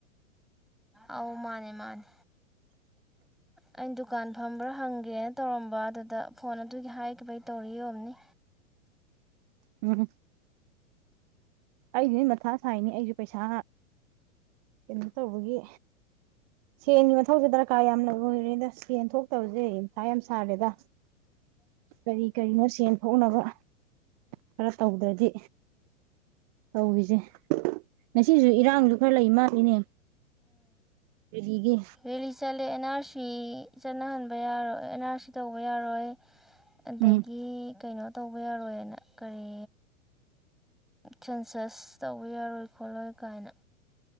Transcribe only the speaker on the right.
ꯎꯝ ꯑꯩꯗꯨꯗꯤ ꯃꯊꯥ ꯁꯥꯏꯅꯦ ꯑꯩꯁꯨ ꯄꯩꯁꯥ ꯀꯩꯅꯣ ꯇꯧꯕꯒꯤ ꯁꯦꯟꯒꯤ ꯃꯊꯧꯁꯦ ꯗꯔꯀꯥꯔ ꯌꯥꯝꯅ ꯑꯣꯏꯔꯦꯗ ꯁꯦꯟ ꯊꯣꯛꯇꯕꯁꯦ ꯃꯊꯥ ꯌꯥꯝ ꯁꯥꯔꯦꯗ ꯀꯔꯤ ꯀꯔꯤꯅꯣ ꯁꯦꯟ ꯊꯣꯛꯅꯕ ꯈꯔ ꯇꯧꯗ꯭ꯔꯗꯤ ꯇꯧꯔꯤꯁꯦ ꯉꯁꯤꯁꯨ ꯏꯔꯥꯡꯁꯨ ꯈꯔ ꯂꯩ ꯃꯥꯜꯂꯤꯅꯦ ꯔꯦꯂꯤꯒꯤ
ꯎꯝ